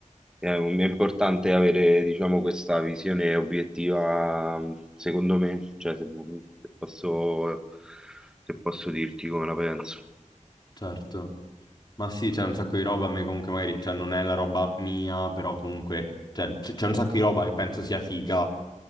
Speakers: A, in the centre; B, on the left (about 35°).
A: È, un- è importante avere, diciamo, questa visione obiettiva, mh, secondo me, cioè se, vu- mhmm, se posso, se posso dirti come la penso.
B: Certo. Ma sì, c'è un sacco di roba, a me comunque magari, cioè non è la roba mia, però comunque, cioè, c- c'è un sacco di roba che penso sia figa,